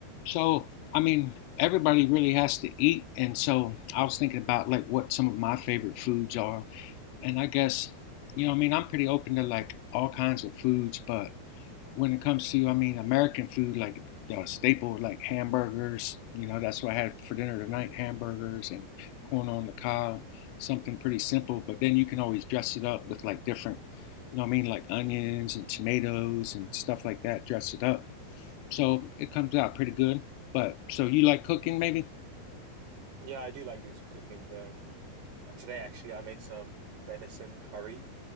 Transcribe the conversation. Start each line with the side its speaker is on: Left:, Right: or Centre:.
Left: So, I mean, everybody really has to eat. And so I was thinking about like what some of my favorite foods are. And I guess, you know, I mean, I'm pretty open to like all kinds of foods, but when it comes to, I mean, American food, like the staple, like hamburgers, you know, that's what I had for dinner tonight hamburgers and corn on the cob, something pretty simple. But then you can always dress it up with like different, you know what I mean, like onions and tomatoes and stuff like that, dress it up. So it comes out pretty good. But so you like cooking maybe?
Right: Yeah, I do like this cooking. Um, uh, today actually, I made some venison curry.